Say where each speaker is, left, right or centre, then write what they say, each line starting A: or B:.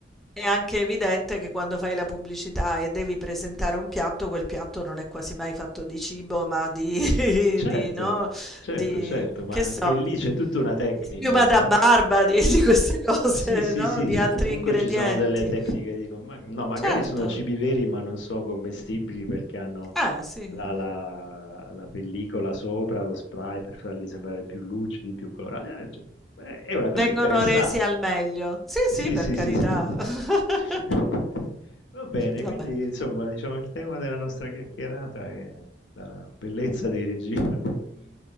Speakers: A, in the centre; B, on the left.
A: È anche evidente che quando fai la pubblicità e devi presentare un piatto, quel piatto non è quasi mai fatto di cibo, ma di,
B: Certo,
A: <laughs> di, no,
B: certo,
A: di
B: certo, ma
A: che
B: anche
A: so,
B: lì
A: di,
B: c'è tutta una tecnica,
A: di schiuma
B: no?
A: da barba, di, di queste cose,
B: Sì, sì,
A: no?
B: sì,
A: Di
B: sì,
A: altri
B: o comunque
A: ingredienti.
B: ci sono delle tecniche di... com- ma- No, magari
A: Certo,
B: sono cibi veri, ma non sono commestibili perché hanno
A: eh sì,
B: la, la- la pellicola sopra, lo spray per farli sembrare più lucidi, più colorati. Eh, cioè, eh, è una cosa
A: vengono
B: interessante.
A: resi al meglio. Sì,
B: Sì,
A: sì, per
B: sì,
A: carità.
B: sì, sì, sì, sì.
A: <laughs>
B: sì. <laughs> Va bene,
A: Vabbè.
B: quindi insomma, diciamo il tema della nostra chiacchierata è la bellezza dei regimi, <laughs> il